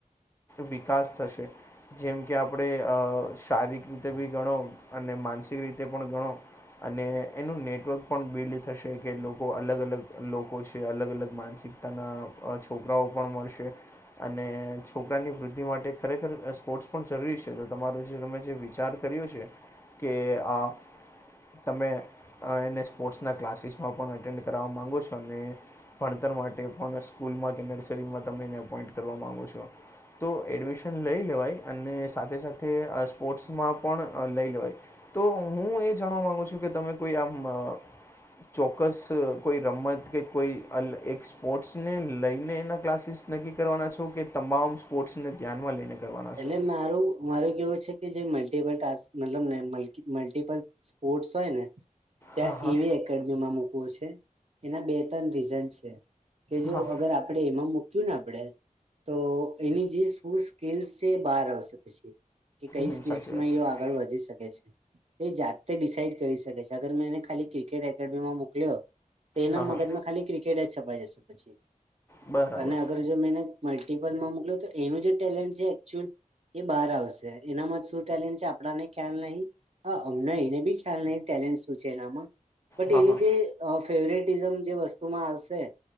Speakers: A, on the left; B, on the right.
A: વિકાસ થશે. જેમ કે આપણે અહ શારીરિક રીતે બી ગણો અને માનસિક રીતે પણ ગણો અને એનું નેટવર્ક પણ બિલ્ડ થશે કે લોકો અલગ અલગ લોકો છે અલગ અલગ માનસિક તાના અહ છોકરાઓ પણ મળશે અને છોકરાની વૃદ્ધિ માટે ખરેખર સ્પોર્ટ્સ પણ જરૂરી છે તો તમારો જે તમે જે વિચાર કર્યો છે. કે અ તમે અહ એને સ્પોર્ટ્સના ક્લાસીસમાં પણ અટેન્ડ કરાવવા માગો છો ને ભણતર માટે પણ સ્કૂલમાં કે નર્સરીમાં તમે એને એપોઈન્ટ કરવા માગો છો. તો એડમિશન લઈ લેવાય અને સાથે સાથે અહ સ્પોર્ટ્સમાં પણ લઈ લેવાય. તો હું એ જાણવા માંગુ છું કે તમે કોઈ આમ અહ ચોક્સ કોઈ રમત કે કોઈ અલ એક સ્પોર્ટ્સને લઈને એના ક્લાસીસ નક્કી કરવાના છો કે તમામ સ્પોર્ટ્સને ધ્યાનમાં લઈને કરવાના
B: એલે
A: છો
B: મારું મારું કેવુ છે કે જે મલ્ટીપલ ટાસ્ક, મતલબને મલ્કી મલ્ટીપલ સ્પોર્ટસ હોય ને ત્યાં
A: હા હા
B: એવી એકડમીમાં મૂકવું છે, એના બે ત્રણ રીઝન છે. કે જો
A: હા હા
B: અગર આપડે એમાં મૂક્યું ને આપડે તો એની જે સ્કૂલ સ્કીલ્સ છે તે બહાર આવશે પછી, કે કઈ
A: હમ
B: સ્કીલસમાં
A: સાચી વાત છે
B: એ આગળ વધી શકે છે. એ જાત્તે ડિસાાઈડ કરી શકે છે, અગર મેં એને ખાલી ક્રિકેટ એકેડમીમાં મોકલ્યો તેના
A: હા
B: મગજમાં
A: હા
B: ખાલી ક્રિકેટ જ છપાઈ જશે પછી,
A: બરાબર
B: અને અગર જો મે એને મલ્ટિપલમાં મોકલ્યો તો એનું જે ટેલેન્ટ છે એકચુલ એ બહાર આવશે, એનામાં શું ટેલેન્ટ છે આપણાને ખ્યાલ નહી હા, અમના એને બી ખ્યાલ નહીં, ટેલેન્ટ શું છે એનામાં, બટ
A: હા
B: એની
A: હા
B: જે અહ ફેવરેટિઝમ જે વસ્તુમાં આવશે